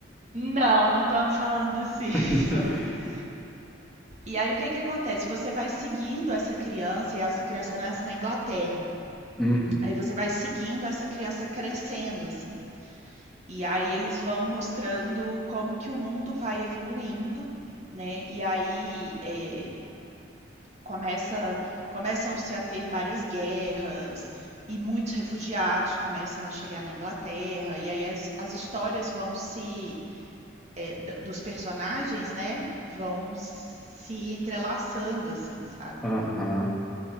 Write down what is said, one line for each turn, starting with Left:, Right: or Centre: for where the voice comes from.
Right: Não, não estamos falando disso.
Centre: <laughs>
Right: <laughs> E aí, o que que acontece? Você vai seguindo essa criança, e essa criança nasce na Inglaterra.
Centre: Uhum.
Right: Aí você vai seguindo essa criança crescendo, assim. E aí eles vão mostrando como que o mundo vai evoluindo, né? E aí é, começa, começam-se a ter várias guerras e muitos refugiados começam a chegar na Inglaterra. E aí as, as histórias vão se é, dos personagens, né? Vão se entrelaçando, assim, sabe?
Centre: Aham.